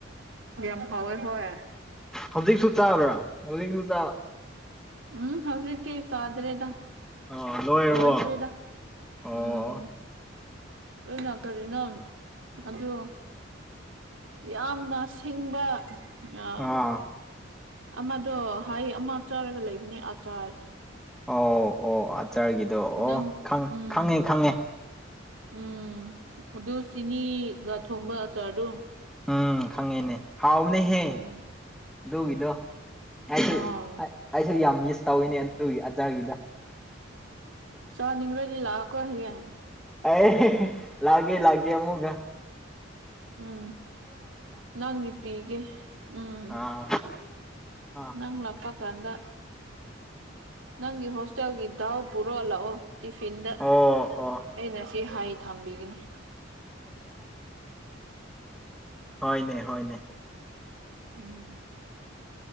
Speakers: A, on the right; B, in the centre.
A: ꯌꯥꯝ ꯍꯥꯎꯏ ꯍꯣꯏ
B: ꯍꯧꯖꯤꯛꯁꯨ ꯆꯥꯕ꯭ꯔꯥ ꯍꯧꯖꯤꯛꯁꯨ ꯆꯥꯕ
A: ꯎꯝ ꯍꯧꯖꯤꯛꯇꯤ ꯆꯥꯗ꯭ꯔꯦꯗ
B: ꯑꯣ ꯂꯣꯏꯔꯕꯣ
A: ꯂꯣꯏꯈ꯭ꯔꯦꯗ
B: ꯑꯣ
A: ꯎꯝ ꯑꯩꯅ ꯀꯔꯤꯅꯣ ꯑꯗꯨ ꯌꯥꯝꯅ ꯁꯤꯡꯕ ꯑ
B: ꯑꯥ
A: ꯑꯃꯗꯣ ꯍꯩ ꯑꯃ ꯆꯥꯔꯒ ꯂꯩꯕꯅꯦ ꯑꯆꯥꯔ
B: ꯑꯣ ꯑꯣ ꯑꯆꯥꯔꯒꯤꯗꯣ ꯑꯣ
A: ꯅꯪ ꯎꯝ
B: ꯈꯪꯉꯦ ꯈꯪꯉꯦ
A: ꯎꯝ ꯑꯗꯨ ꯆꯤꯅꯤꯒ ꯊꯣꯡꯕ ꯑꯆꯥꯔꯗ‌ꫭ
B: ꯎꯝ ꯈꯪꯉꯦꯅꯦ ꯍꯥꯎꯅꯦꯍꯦ
A: ꯎꯝ
B: ꯑꯗꯨꯒꯤꯗꯣ ꯑꯩꯁꯨ
A: ꯑꯥ
B: ꯑꯩꯁꯨ ꯌꯥꯝ ꯃꯤꯁ ꯇꯧꯋꯤꯅꯦ ꯑꯗꯨꯒꯤ ꯑꯆꯥꯔꯒꯤꯗ‌ꫭ
A: ꯆꯥꯅꯤꯡꯉꯗꯤ ꯂꯥꯛꯀꯣ ꯍꯌꯦꯡ
B: ꯑꯦ ꯂꯒꯦ ꯂꯒꯦ ꯑꯃꯨꯒ
A: ꯎꯝ ꯅꯪꯒꯤ ꯄꯤꯒ‌ꯦ ꯎꯝ
B: ꯑꯥ ꯑꯥ
A: ꯅꯪ ꯂꯥꯛ ꯀ ꯀꯥꯟꯗ ꯅꯪꯒꯤ ꯍꯣꯁꯇꯦꯜꯒꯤ ꯗꯥꯎ ꯄꯨꯔꯣ ꯂꯥꯛꯑꫭ ꯇꯤꯐꯤꯟꯗ
B: ꯑꯣ ꯑꯣ
A: ꯑꯩꯅ ꯁꯤ ꯍꯥꯏ ꯊꯝꯕꯤꯒꯅꯤ
B: ꯍ‌ꫭꯅꯦ ꯍ‌ꫭꯅꯦ
A: ꯎꯝ